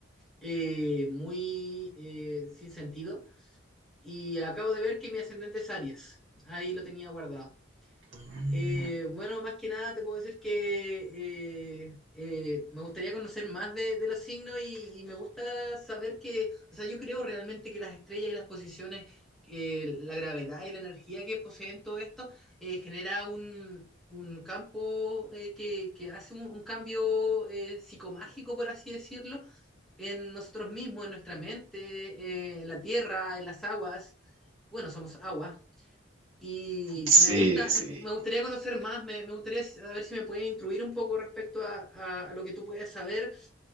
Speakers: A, in the centre; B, on the right.
A: eh, muy eh, sin sentido. Y acabo de ver que mi ascendente es Aries. Ahí lo tenía guardado.
B: Mm,
A: Eh, bueno, más que nada te puedo decir que eh, eh, me gustaría conocer más de, de los signos y, y me gusta saber que, o sea, yo creo realmente que las estrellas y las posiciones, eh, la gravedad y la energía que poseen todo esto, eh, genera un, un campo eh, que, que hace un, un cambio eh, psicomágico, por así decirlo, en nosotros mismos, en nuestra mente, eh, en la tierra, en las aguas. Bueno, somos agua. Y,
B: Sí,
A: y me gusta,
B: sí.
A: me, me gustaría conocer más, me, me gustaría saber si me puedes instruir un poco respecto a, a- a lo que tú puedes saber